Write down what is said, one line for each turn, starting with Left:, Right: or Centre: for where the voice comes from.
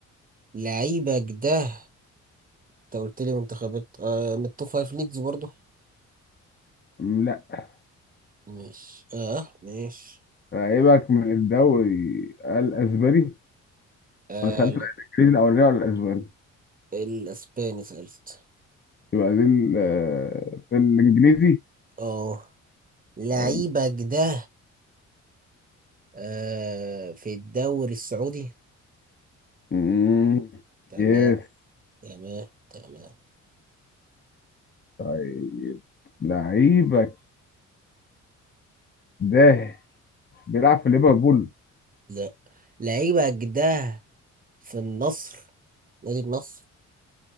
Right: لعيبك ده انت قلت لي منتخبات آه من التوب فايف ليجز برضو
Left: أم لا
Right: ماشي اه ماشي
Left: لعيبك من الدوري الاسباني
Right: آه
Left: انا سالت
Right: لا
Left: الانجليزي الاولاني ولا الاسباني
Right: الاسباني سألت
Left: يبقى دي ال- آه، في الانجليزي
Right: اه لعيبك
Left: حلو.
Right: ده آه في الدوري السعودي
Left: مم.
Right: تمام
Left: يس
Right: تمام تمام
Left: طيب لعيبك ده بيلعب في ليفربول
Right: لا لعيبك ده في النصر نادي النصر